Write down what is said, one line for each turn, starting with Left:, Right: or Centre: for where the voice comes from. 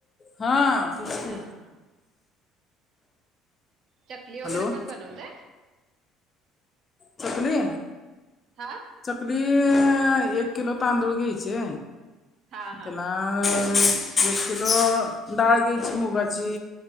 Left: हा तेच की
Right: हा हा चकली वगैरे
Left: हॅलो
Right: पण बनवताय
Left: चकली
Right: हा
Left: चकली एक किलो तांदूळ घ्यायचे
Right: हा हा
Left: त्याला आ एक किलो डाळ घ्यायची मुगाची,